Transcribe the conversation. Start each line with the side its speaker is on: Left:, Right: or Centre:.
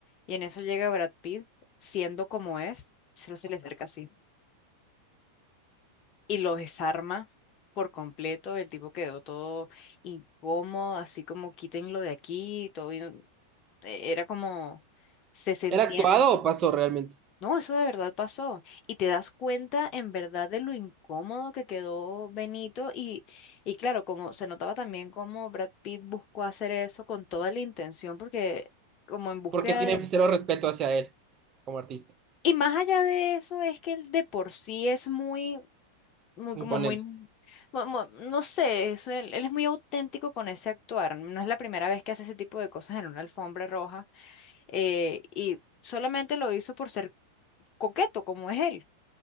Left: Y en eso llega Brad Pitt, siendo como es, solo se le acerca así y lo desarma por completo. El tipo quedó todo incómodo, así como quítenlo de aquí, todo. y- Era como, se sentía
Right: ¿Era actuado o pasó realmente?
Left: No, eso de verdad pasó. Y te das cuenta en verdad de lo incómodo que quedó Benito. Y, y claro, como se notaba también cómo Brad Pitt buscó hacer eso con toda la intención, porque como en búsqueda
Right: Porque tiene
Left: de...
Right: cero respeto hacia él como artista,
Left: Y más allá de eso, es que él de por sí es muy, muy,
Right: imponente.
Left: como muy, mu- mu- no sé, eso, él, él es muy auténtico con ese actuar. No es la primera vez que hace ese tipo de cosas en una alfombra roja. eh, y solamente lo hizo por ser coqueto, como es él.